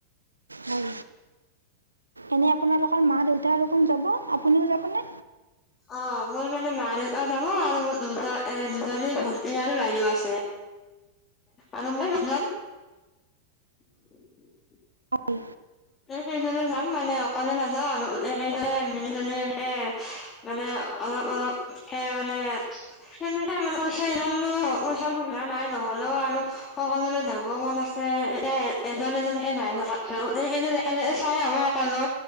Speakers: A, on the right; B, on the left.
A: হয়, এনেই আপোনালোকৰ মা দেউতা আৰু কোন যাব, আপুনিও যাবনে?
B: অঁ, মোৰ মানে মা দেউতাও যাব আৰু মোৰ দুজ দুজনী ভনী আৰু বাইদেউ আছে।
A: <inaudible>
B: আৰু‌ মই‌ গুচি যায়। <inaudible>
A: হয়
B: সেইজনে যাম মানে অকলে নাযাওঁ আৰু গোটেই কেইজনে মিলি জুলি এনেকে মানে অলপ অলপ কে মানে তেনে মানে পইচাৰ ইমানো পইচাৰ সুবিধা নাই নহ'লেও আৰু সকলোৰে যাব মন আছে, এতিয়া এজন এজনকে যায় থকা যাওতে কিন্তু তেখেতে এনে চাই আহো অক'নো